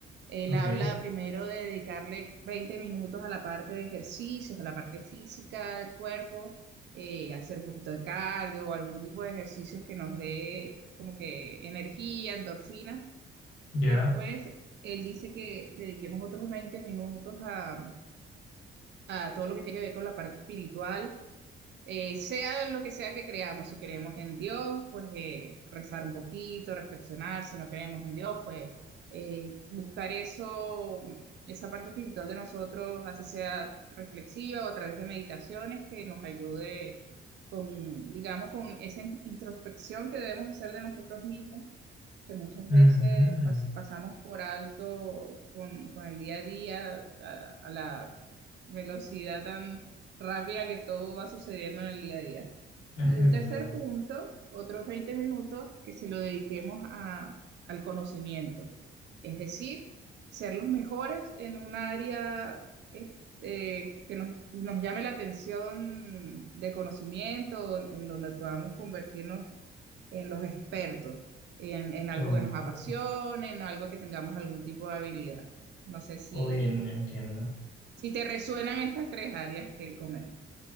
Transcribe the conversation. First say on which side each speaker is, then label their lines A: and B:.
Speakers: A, on the right; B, on the left.
A: él
B: ok,
A: habla primero de dedicarle 20 minutos a la parte de ejercicios, a la parte física del cuerpo, eh, hacer un poquito de cardio o algún tipo de ejercicios que nos dé como que energía, endorfina.
B: ya.
A: Después, él dice que dediquemos otros 20 minutos a, a todo lo que tiene que ver con la parte espiritual eh, sea lo que sea que creamos, si creemos en Dios, pues eh, rezar un poquito, reflexionar, si no creemos en Dios, pues eh, buscar eso, esa parte espiritual de nosotros, así sea reflexiva o a través de meditaciones que nos ayude con, digamos, con esa introspección que debemos hacer de nosotros mismos, que muchas
B: Ujú,
A: veces pas- pasamos por alto con, con el día a día, a a la velocidad tan rápida que todo va sucediendo en el día a día.
B: <laughs>
A: Y
B: Es
A: un tercer
B: verdad.
A: punto, otros 20 minutos que se lo dediquemos a, al conocimiento, es decir, ser los mejores en un área es- eh, que nos, nos llame la atención de conocimiento, en donde podamos convertirnos en los expertos, en, en algo
B: Oh,
A: que nos apasione, en algo que tengamos algún tipo de habilidad. No sé si,
B: hoy en- entiendo.
A: si te resuenan estas tres áreas que él comenta.